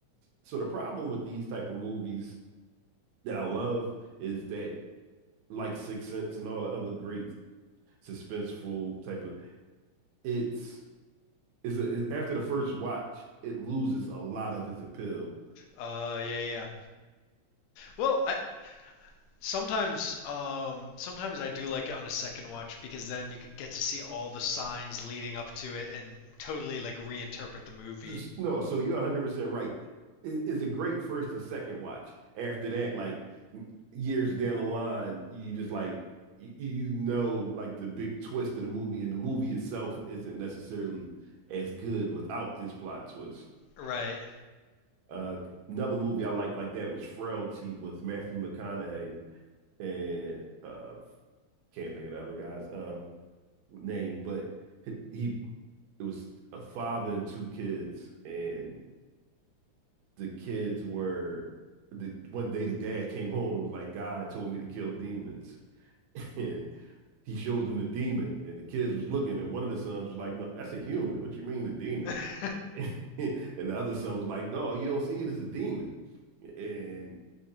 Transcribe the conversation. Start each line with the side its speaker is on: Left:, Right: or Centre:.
Right: so the problem with these type of movies that I love is that like Six Sense and all the other great suspenseful type of it's is, a, is after the first watch, it loses a lot of its appeal.
Left: Uh, yeah, yeah. Well, I, Sometimes, um, sometimes I do like it on a second watch because then you get to see all the signs leading up to it and totally like reinterpret the movie.
Right: Just no, so you're 100% right. It, it's a great first and second watch. After that, like years down the line, you just like you, you know like the big twist of the movie, and the movie itself isn't necessarily as good without this plot twist.
Left: Right.
Right: Uh, another movie I liked like that was Frailty with Matthew McConaughey and uh, can't think of the other guys. Um, name, but he, it was a father and two kids, and the kids were the one day the dad came home and was like, God told me to kill demons. <laughs> And he showed them the demon, and the kids was looking, and one of the sons was like, No, that's a human. What you mean a demon?
Left: <laughs>
Right: <laughs> And the other son was like, No, you don't see it as a demon. And